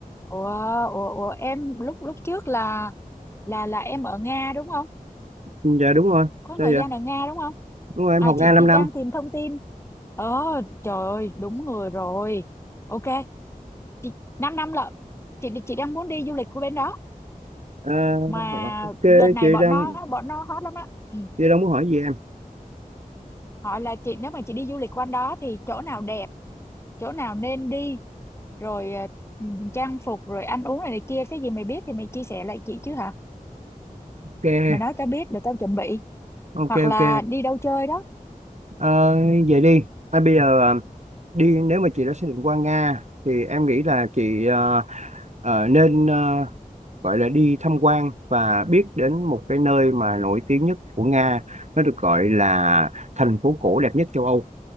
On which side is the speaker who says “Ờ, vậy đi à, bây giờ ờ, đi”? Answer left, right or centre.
Right